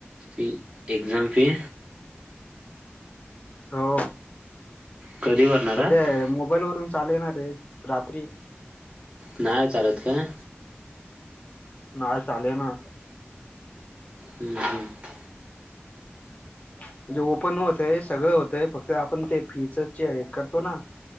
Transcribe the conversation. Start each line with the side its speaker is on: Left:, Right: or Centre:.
Right: फी एक्झाम फी
Left: हो
Right: कधी भरणार
Left: सध्या
Right: आहात
Left: मोबाईल वरून चाले ना रे, रात्री
Right: नाही चालत काय?
Left: नाही चालेना.
Right: हम्म हम्म
Left: म्हणजे ओपन होतंय सगळं होतंय फक्त आपण ते फीच चे हे करतो ना